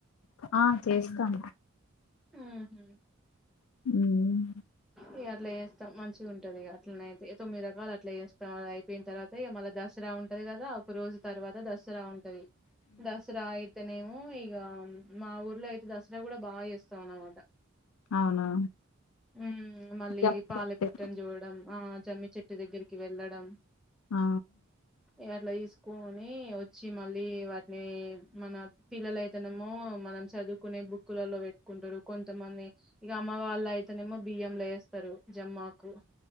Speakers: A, on the left; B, in the centre.
A: ఆ చేస్తాం
B: మ్ హు
A: మ్మ్
B: ఇగ అట్లా చేస్తాం మంచిగుంటదిగ అట్లనైతే ఇగ తొమ్మిది రకాలు అట్లా చేేస్తాం అది అయిపోయిన తర్వాత ఇగ మళ్ళ దసరా ఉంటది కదా ఒక రోజు తర్వాత దసరా ఉం టది దసరా ఇయితనేమ్ ము ఇగ మా ఊర్లో అయితే దసరా కూడా బా చెస్ స్తామన్నమాట
A: అవునా
B: మ్మ్ ఇంగ మళ్ళీ
A: జప్-
B: పాలపిట్టని చూడడం ఆ జమ్మి చెట్టు దగ్గరికి వెళ్లడం
A: ఆ
B: ఇగట్ల తీస్కొ నీ వచ్చి మళ్ళీ వాటిని మన పిల్లలైతేనేమో మనం చదువుకునే బుక్కులల్లో కుంటారు కొంతమంది ఇగ అమ్మ వాళ్ళయితేనేమో బియ్యంలేస్తారు జమ్మాకు